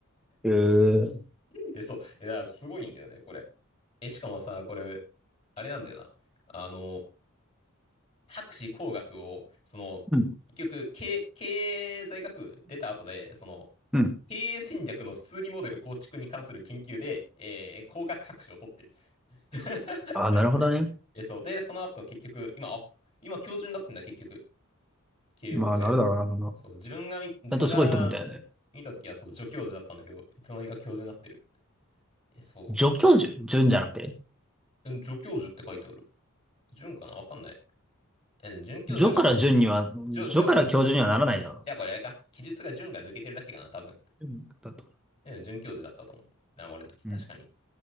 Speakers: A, in the centre; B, on the left.
A: へー。
B: <laughs> え、そう。え、だからすごいんだよね、これ。え、しかもさ、これ、あれなんだよな。あの、博士工学を、その、
A: うん。
B: 結局、経、経済学部出た後で、その、
A: うん。
B: 経営戦略の数理モデル構築に関する研究で、えー、工学博士を取ってる。<laughs>
A: ああ、なるほどね。
B: え、そう。で、その後結局、今、あ、今教授になってんだ、結局。慶応で。
A: まあ、なるだろうな、そんな。
B: そう、自分が見、自分が
A: あとすごい人みたいだよね。
B: 見たときは、そう、助教授だったんだけど、いつの間にか教授になってる。え、そ
A: 助教授、順じゃなくて。
B: う。うん助教授って書いてある。準かなわかんない。え、準教授が抜く。
A: 助から順には、
B: じょ、
A: 助から教授にはならないだろ
B: じょ、じゃあこれあれか。記述が準が抜けてるだけかな、多分。
A: う。うんだと。
B: で準教授だったと思う。な、俺の時、確かに。
A: うん。